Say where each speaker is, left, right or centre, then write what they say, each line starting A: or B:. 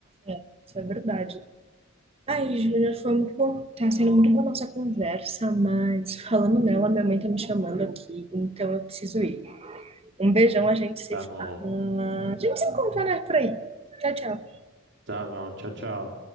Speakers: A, on the right; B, on the right.
A: É, isso é verdade. Ai, Júlia, foi muito bom. Tá sendo muito boa a nossa conversa, mas falando nela, minha mãe tá me chamando aqui, então eu preciso ir. Um beijão, a gente se
B: Tá bom,
A: fala. A gente se encontra, né, por aí. Tchau, tchau.
B: tá bom, tchau, tchau.